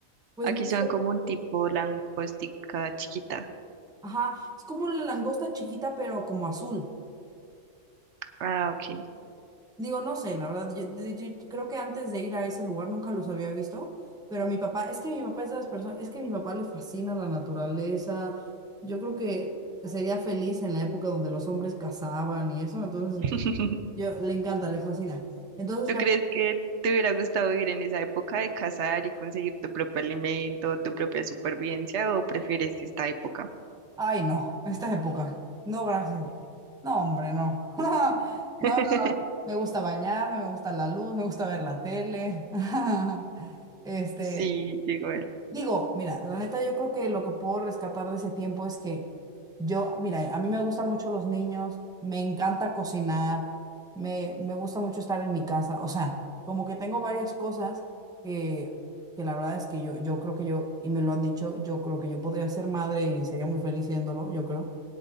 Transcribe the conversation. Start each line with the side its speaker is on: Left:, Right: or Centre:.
Centre: Pues
Right: Aquí
Centre: no
Right: son
Centre: sé.
Right: como un tipo langostica chiquita.
Centre: Ajá, es como la langosta chiquita, pero como azul.
Right: Ah, ok.
Centre: Digo, no sé, la verdad, yo, yo- yo creo que antes de ir a ese lugar nunca los había visto, pero a mi papá, es que mi papá es de las personas, es que mi papá le fascina la naturaleza, yo creo que sería feliz en la época donde los hombres cazaban y eso, entonces
Right: <laughs>
Centre: yo le encanta, le fascina. Entonces
Right: ¿Tú
Centre: me...
Right: crees
Centre: ac-
Right: que te hubiera gustado vivir en esa época de cazar y conseguir tu propio alimento, tu propia supervivencia, o prefieres esta época?
Centre: Ay, no, esta época, no, gracias. No, hombre, no. <laughs>
Right: <laughs>
Centre: No, no, me gusta bañarme, me gusta la luz, me gusta ver la tele. <laughs> Este...
Right: Sí, llegó él.
Centre: Digo, mira, la neta yo creo que lo que puedo rescatar de ese tiempo es que yo, mira, a mí me gustan mucho los niños, me encanta cocinar, me, me gusta mucho estar en mi casa, o sea, como que tengo varias cosas que, que la verdad es que yo, yo creo que yo, y me lo han dicho, yo creo que yo podría ser madre y sería muy feliz siéndolo, yo creo.